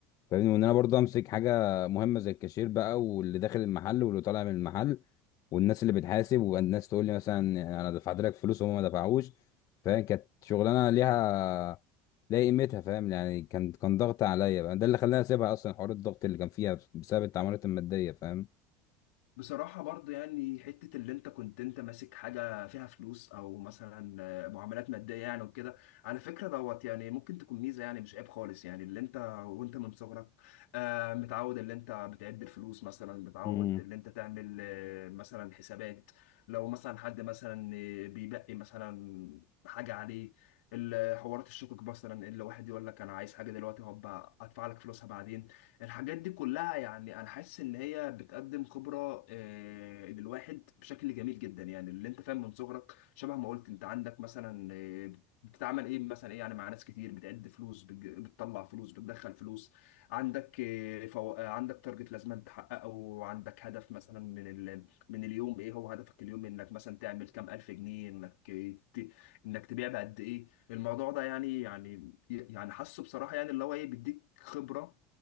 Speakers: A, on the left; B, on the left.
A: فاهمني وان انا برضه امسك حاجه مهمه زي الكاشير بقى واللي داخل المحل واللي طالع من المحل والناس اللي بتحاسب والناس تقول لي مثلا انا دفعت لك فلوس وهم ما دفعوش فاهم كانت شغلانه ليها ليها قيمتها فاهم يعني كان كان ضغط عليا بقى ده اللي خلاني اسيبها اصلا حوار الضغط اللي كان فيها بسبب التعاملات الماديه فاهم
B: بصراحة برضه يعني حتة اللي انت كنت انت ماسك حاجة فيها فلوس او مثلا آه، معاملات مادية يعني وكده على فكرة دوت يعني ممكن تكون ميزة يعني مش عيب خالص يعني اللي انت وانت من صغرك آه، متعود اللي انت بتعد الفلوس مثلا متعود
A: امم
B: اللي انت تعمل آه، مثلا حسابات لو مثلا حد مثلا آه، بيبقي مثلا حاجة عليه ال- حوارات الشقق مثلا اللي واحد يقول لك انا عايز حاجة دلوقتي هبقى ادفع لك فلوسها بعدين الحاجات دي كلها يعني انا حاسس ان هي بتقدم خبره آه، للواحد بشكل جميل جدا يعني اللي انت فاهم من صغرك شبه ما قلت انت عندك مثلا آه، بتتعامل ايه مثلا ايه يعني مع ناس كتير بتعد فلوس بتج- بتطلع فلوس بتدخل فلوس عندك آه، فو... آه، عندك تارجت لازم تحققه وعندك هدف مثلا من ال... من اليوم ايه هو هدفك اليوم انك مثلا تعمل كام الف جنيه انك آه، ت... انك تبيع بقد ايه الموضوع ده يعني يعني يعني حاسه بصراحه يعني اللي هو ايه بيديك خبره